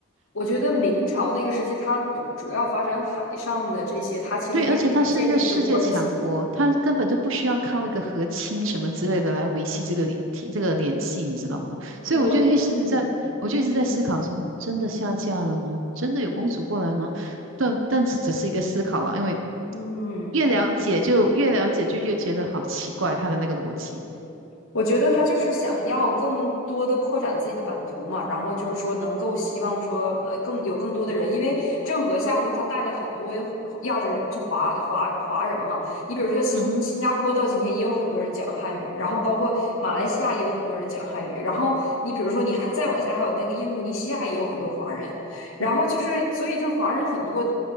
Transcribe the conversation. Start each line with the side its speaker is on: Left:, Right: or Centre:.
Left: 我觉得明朝那个时期，它主主要发展海上的这些，它其实也是想建立这种关系。
Right: 对，而且它是一个世界强国，它根本就不需要靠一个和亲什么之类的来维系这个联这个联系，你知道吗？所以我就一直在，
Left: 我嗯
Right: 我就一直在思考中，真的下嫁了吗？真的有公主过来吗？但但这只是一个思考啊，因为
Left: 嗯。
Right: 越了解就越了解，就越觉得好奇怪，它的那个逻辑。
Left: 我觉得他就是想要更多的扩展自己的版图嘛，然后就是说能够希望说呃更有更多的人，因为郑和下去他带了很多亚洲就华华华人嘛，你比如说新新加坡到今天也有很多人讲汉语，
Right: 嗯哼，
Left: 然后包括马来西亚也有很多人讲汉语，然后你比如说你还再往下还有那个印度尼西亚也有很多华人，然后就是，
Right: 嗯哼。
Left: 所以就是华人很多，